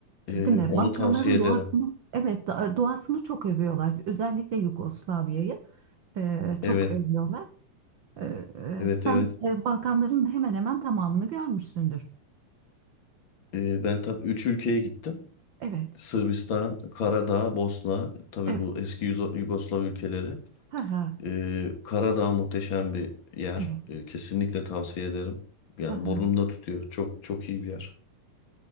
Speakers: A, on the left; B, on the right.
A: E,
B: Değil mi?
A: onu
B: Balkanların
A: tavsiye ederim.
B: doğasını, evet da- doğasını çok övüyorlar. Özellikle Yugoslavya'yı e, çok
A: Evet,
B: övüyorlar. E, e,
A: evet,
B: sen
A: evet.
B: e, Balkanların hemen hemen tamamını görmüşsündür.
A: E, ben tabii 3 ülkeye gittim.
B: Evet,
A: Sırbistan, Karadağ, Bosna, tabii
B: evet,
A: bu eski Yugo- Yugoslav ülkeleri.
B: ha ha,
A: Ee, Karadağ muhteşem bir yer.
B: evet,
A: Ee, kesinlikle tavsiye ederim. Yani
B: ha ha.
A: burnumda tutuyor. Çok çok iyi bir yer.